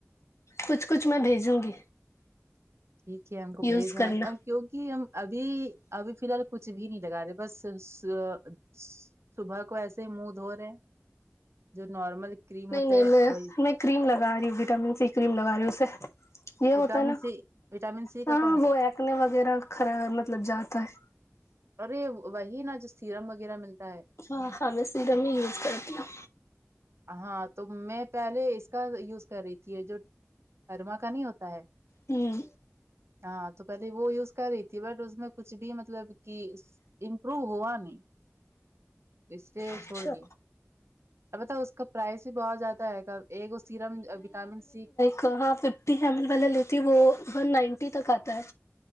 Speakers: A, on the left; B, on the right.
A: کچھ کچھ میں بھیجوں گی
B: ٹھیک ہے ہم کو بھیج
A: یوز
B: دینا
A: کرنا
B: کیونکہ ہم ابھی ابھی فی الحال کچھ بھی نہیں لگا رہے بس سو سو صبح کو ایسے ہی منہ دھو رہے جو نارمل کریم
A: نہیں
B: ہوتا
A: نہیں
B: ہے
A: میں
B: وہی
A: میں کریم لگا رہی ہوں وٹامن سی کریم لگا رہی ہوں اسںے یہ
B: وٹامن
A: ہوتا ہے نا
B: سی وٹامن سی کا
A: ہاں
B: کون سا
A: وہ ہے ایکنے وغیرہ کھرا مطلب جاتا ہے
B: اور یہ وہی نا جو سیرم وغیرہ ملتا ہے
A: ہاں ہاں میں سیرم ہی یوز کرتی ہوں
B: ہاں تو میں پہلے اس کا یوز کر رہی تھی جو ارما کا نہیں ہوتا ہے
A: ہوں
B: ہاں تو پہلے وہ یوز کر رہی تھی بٹ اس میں کچھ بھی مطلب کہ امپروو ہوا نہیں اس سے
A: اچھا
B: چھوڑ دیا البتہ اس کا پرائز بھی بہت زیادہ آئے گا ایک وہ سیرم وٹامن سی
A: کہاں ففٹی ایم ایل والا لیتی وہ ون نائنٹی تک آتا ہے